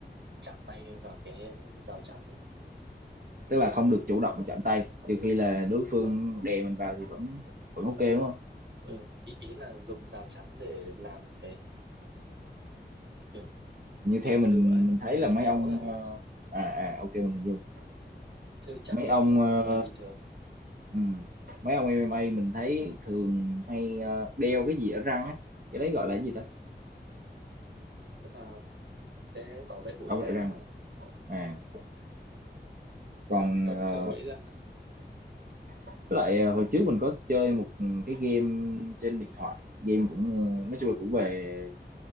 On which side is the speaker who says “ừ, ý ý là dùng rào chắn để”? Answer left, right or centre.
Right